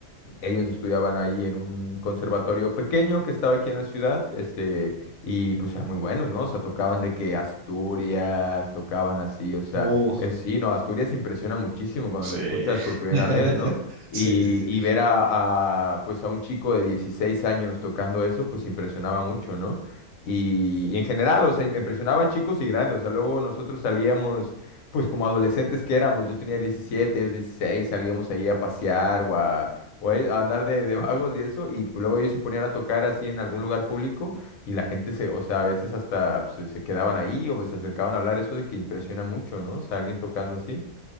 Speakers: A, on the left (about 85°); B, on the right (about 65°).
A: ellos estudiaban ahí en un conservatorio pequeño que estaba aquí en la ciudad, este, y pues eran muy buenos, ¿no? O sea, tocaban de que Asturias, tocaban así, o sea,
B: Oh,
A: es- sí, no, Asturias impresiona muchísimo cuando
B: Sí.
A: lo escuchas por primera
B: <laughs>
A: vez, ¿no? Y,
B: Sí, sí, sí.
A: y ver a, a, pues a un chico de 16 años tocando eso, pues impresionaba mucho, ¿no? Y, y en general, o sea, impresionaba a chicos y grandes, o sea, luego nosotros salíamos pues como adolescentes que éramos, yo tenía 17, ellos 16, salíamos ahí a pasear o a, güey, a andar de, de vagos y eso, y pues, luego ellos se ponían a tocar así en algún lugar público y la gente se, o sea, a veces hasta pues, se, se quedaban ahí o pues, se acercaban a hablar, eso de que impresiona mucho, ¿no? O sea, alguien tocando así.